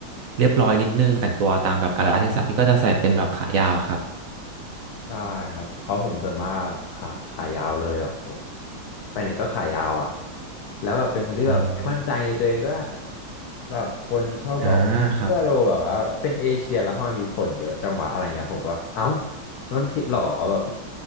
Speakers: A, on the right (about 65°); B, on the left (about 65°).
A: เรียบร้อยนิดนึงแต่งตัวตามแบบกาลเทศะพี่ก็จะใส่เป็นแบบขายาวครับ
B: ใช่ครับเพราะผมส่วนมากขาขายาวเลยแบบผมไปไหนก็ขายาวอ่ะแล้วแบบเป็นคนที่แบบไม่มั่นใจในตัวเองด้วย
A: อืม
B: แบบคนชอบบอกว่าพี่ว่าโลแบบว่าเป็นเอเชียแล้วทำไมมีขนเยอะจังวะอะไรเงี้ยผมก็เอ้า
A: อ่าครับ
B: นั่นผิดเหรอแบบ